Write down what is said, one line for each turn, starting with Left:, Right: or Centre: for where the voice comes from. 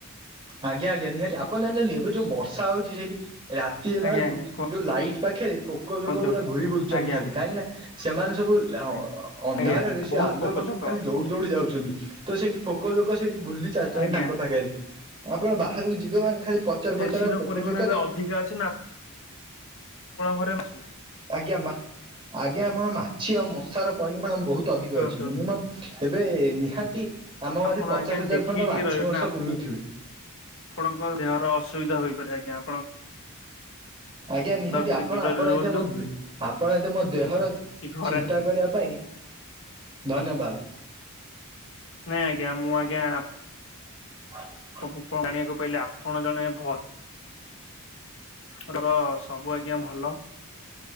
Right: ଆଜ୍ଞା ଆଜ୍ଞା ନିହାତି ଆପଣ ଜାଣନ୍ତି ଏବେ ଯୋଉ ବର୍ଷା ହଉଛି ସେଇଠି ରାତି ହେଲା
Left: ଆଜ୍ଞା
Right: ବେଳକୁ
Left: ଆଜ୍ଞା
Right: ଯଉ ଲାଇଟ୍ ପାଖରେ ପୋକ
Left: କୁହନ୍ତୁ
Right: ଜୋକ ଗୁରା ଘୁରି ବୁଲଛନ୍ତି
Left: ଆଜ୍ଞା
Right: ଖାଲି କାହିଁକିନା ସେମାନେ ସବୁ ଅନ୍ଧାରରେ
Left: ଆଜ୍ଞା
Right: ସେ
Left: ବହୁତ
Right: ଆଲୁଅ
Left: ପୋକଜୋକ
Right: ପାଖକୁ ଖାଲି ଦୌଡି ଦୌଡି ଯାଉଛନ୍ତି ତ ସେଇଠି ଫୋକ ଜୋକ ସେଠି ବୁଲି ଚାଲିଛନ୍ତି
Left: ଆଜ୍ଞା
Right: ତାଙ୍କ ପାଖରେ ଆପଣ ବାହାରକୁ ଯିବେ ମାନେ ଖାଲି ପଚର
Left: ଫେସି
Right: ପଚର ଆଉ
Left: ର
Right: ପୋକ
Left: ପରିମାଣ
Right: ଜୋକରେ
Left: ଏବେ ଅଧିକା ଅଛି ନା ଆପଣ ଘରେ ଅଛି।
Right: ଆଜ୍ଞା ମା ଆଜ୍ଞା ଆମର ମାଛି ଆଉ ମଶାର ପରିମାଣ ବହୁତ ଅଧିକ
Left: କୁହନ୍ତୁ
Right: ଅଛି ମିନିମମ୍ ଏବେ ନିହାତି ଆମ ଘରେ
Left: ଆପଣ
Right: ପଚାଶ
Left: ଆଜ୍ଞା
Right: ହଜାର
Left: ଦେଖିକି
Right: ଖଣ୍ଡ
Left: ଟିକେ
Right: ମାଛି
Left: ରହିବେ
Right: ମାଂସ
Left: ନା
Right: ବୁଲୁଥିବେ।
Left: ଆପଣଙ୍କ ଦେହର ଅସୁବିଧା ହୋଇପାରେ ଆଜ୍ଞା ଆପଣ
Right: <inaudible> ଆଜ୍ଞା ନିହାତି
Left: ଟିକେ
Right: ଆପଣ
Left: ଦୂରରେ
Right: ଆପଣ
Left: ରୁହନ୍ତୁ
Right: ଏତେ ଆପଣ ଏତେ ମୋ ଆପଣ ମୋ ଦେହର ଚି
Left: କି ଘରେ
Right: ଚିନ୍ତା କରିବା ପାଇଁ ଧନ୍ୟବାଦ।
Left: ନାଇଁ ଆଜ୍ଞା ମୁଁ ଆଜ୍ଞା
Right: <inaudible>
Left: <unintelligible> ଜାଣିବାକୁ ପାଇଲି ଆପଣ ଜଣେ ଭଲ ତର ସବୁ ଆଜ୍ଞା ଭଲ